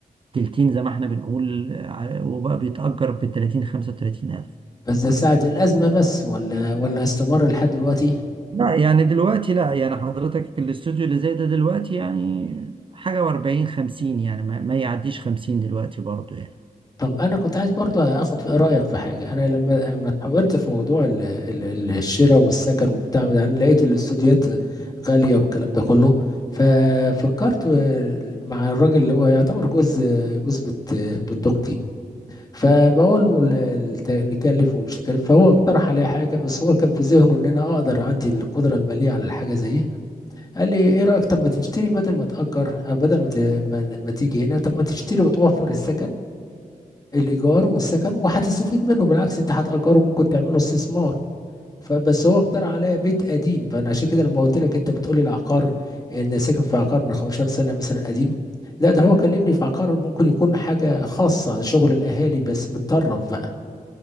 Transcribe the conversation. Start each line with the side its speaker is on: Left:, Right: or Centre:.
Right: تلتين زي ما احنا بنقول آه، وبقى بيتأجر ب 30 35 ألف
Left: بس ده ساعة الأزمة بس ولا ولا استمر لحد دلوقتي
Right: لا يعني دلوقتي لا يعني حضرتك الاستوديو اللي زي ده دلوقتي يعني حاجة و40 50 يعني ما, ما يعديش 50 دلوقتي برضو يعني
Left: طب انا كنت عايز برضه اخد في- رايك في حاجه انا لما لما اتحولت في موضوع ال- ال- ال- الشراء والسكن وبتاع وده انا لقيت الاستوديوهات غاليه والكلام ده كله ففكرت مع الراجل اللي هو يعتبر جوز جوز بت بت اختي فبقول له ال- ال- نكلف ومش نكلف فهو اقترح عليا حاجه بس هو كان في ذهنه ان انا اقدر عندي القدره الماليه على الحاجه زي دي قال لي ايه رايك طب ما تشتري بدل ما تاجر أو بدل ما ت- ما ما تيجي هنا طب ما تشتري وتوفر السكن الايجار والسكن وهتستفيد منه بالعكس انت هتاجره ممكن تعمله استثمار فبس هو اقترح عليا بيت قديم فانا عشان كده لما قلت لك انت بتقولي العقار ان ساكن في عقار من 15 سنه مثلا قديم لا ده هو كلمني في عقار ممكن يكون حاجه خاصه شغل الاهالي بس متطرف بقى